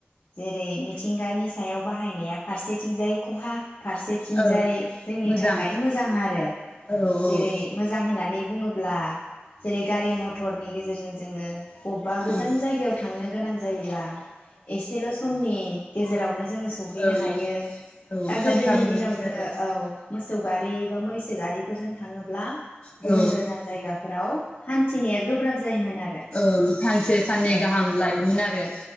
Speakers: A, on the left; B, on the left.
A: जेरै मि थिंगानि सायाव बाहायनाया फारसेथिंजाय खहा फारसेथिंजाय
B: ओ
A: जोंनि
B: मोजां
A: थाखाय मोजां आरो
B: औ औ
A: जेरै
B: ओं
A: मोजां होननानै बुङोब्ला जेरै गारि मथरनि गेजेरजों जोङो। बबबा गोजान
B: ओं
A: जायगायाव थांनो गोनां जायोब्ला एसेल समनि गेजेरावनो जोङो सौहैनो
B: ओं
A: हायो
B: औ
A: दा
B: थाब
A: गोदोनि
B: थाब मोनो
A: दिनाव जोङो
B: आरो
A: औ मोसौ गारि बा मैसो गारिफोरजों थाङोब्ला
B: औ।
A: गुबुन गोजान जायगाफोराव हान्थिनाया गोब्राब जायोमोन आरो
B: ओं सानसे साननै
A: औ
B: गाहाम लायोमोन आरो औ।